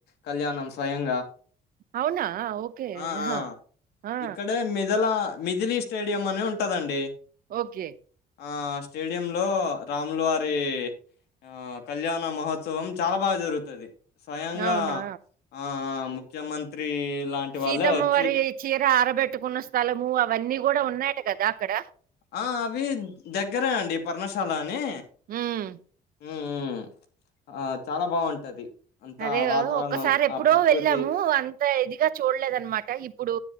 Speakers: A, on the left; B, on the right.
A: కళ్యాణం స్వయంగా
B: అవునా ఓకే
A: ఆ
B: హా
A: ఆ
B: ఆ
A: ఇక్కడే మిదల మిథిలీ స్టేడియం అనీ ఉంటదండి
B: ఓకే
A: ఆ స్టేడియంలో రాములు వారి ఆ కళ్యాణ మహోత్సవం చాలా బాగా జరుగుతది స్వయంగా
B: అవునా
A: ఆ ముఖ్యమంత్రి లాంటి
B: సీతమ్మ
A: వాళ్ళే వచ్చి
B: వారి చీర ఆరబెట్టుకున్న స్థలము అవన్నీ కూడా ఉన్నాయట కదా అక్కడ
A: ఆ అవి దగ్గరే అండి పర్ణశాల అని
B: ఉమ్
A: ఉమ్ ఆ చాలా బాగుంటది అంతా
B: అదే
A: వాతావరణం
B: ఒక్కసారి ఎప్పుడో
A: ఆ ప్రకృతి
B: వెళ్ళాము అంత ఇదిగా చూడలేదనమాట ఇప్పుడు